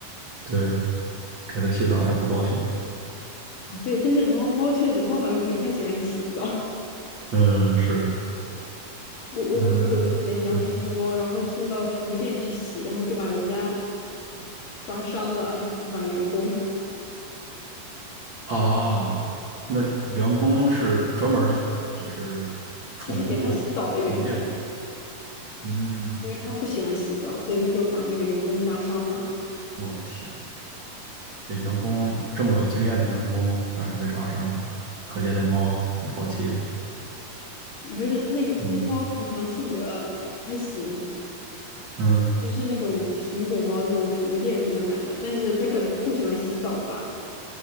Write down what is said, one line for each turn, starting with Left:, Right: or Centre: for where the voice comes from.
Right: 对，给它洗澡还不高兴，
Left: 哦，对，但是猫猫确实，猫好像不太喜欢洗澡。<laughs>
Right: 嗯，是，
Left: 我我朋友之前养了一只猫，
Right: 嗯嗯。
Left: 然后送到宠物店去洗，然后就把人家抓伤了，就是把员工，
Right: 啊，那员工是专门儿就是宠物，
Left: 就是给他洗澡的员工，
Right: 就是宠物店的。嗯，
Left: 因为他不喜欢洗澡，所以他就把那个员工抓伤了。
Right: 我天，这员工这么有经验的员工，居然还被抓伤，了，可见那猫挺淘气的。
Left: 不是那个那猫平常性格还行，
Right: 嗯嗯
Left: 就是那种品种猫，那种宠物店里面买的，但是它可能不喜欢洗澡吧，